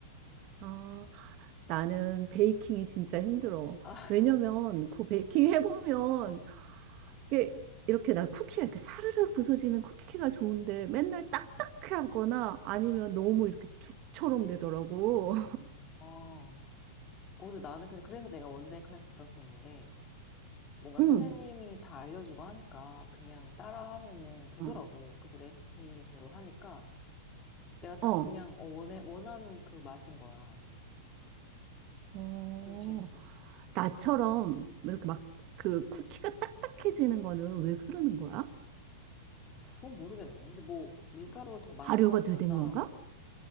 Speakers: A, on the right; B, on the left.
A: 아, 나는 베이킹이 진짜 힘들어.
B: 아,
A: 왜냐면 그 베이킹 해보면 이게 이렇게 나 쿠키가 이렇게 사르르 부서지는 쿠키가 좋은데 맨날 딱딱해 하거나 아니면 너무 이렇게 죽처럼 되더라고.
B: 음, 어. 어, 근데 나는 근데 그래서 내가 원데이 클래스 들었었는데
A: <laughs>
B: 뭔가 선생님이
A: 응.
B: 다 알려주고 하니까 그냥 따라 하면은 되더라고.
A: 어.
B: 그리고 레시피대로 하니까 내가 딱
A: 어.
B: 그냥 어, 원해, 원하는 그 맛인 거야.
A: 어.
B: 그래서 재밌었어.
A: 나처럼 이렇게 막 그 쿠키가 딱딱해지는 거는 왜 그러는 거야?
B: 그건 모르겠네. 근데 뭐 밀가루를 더 많이
A: 발효가
B: 넣거나
A: 덜 된 건가?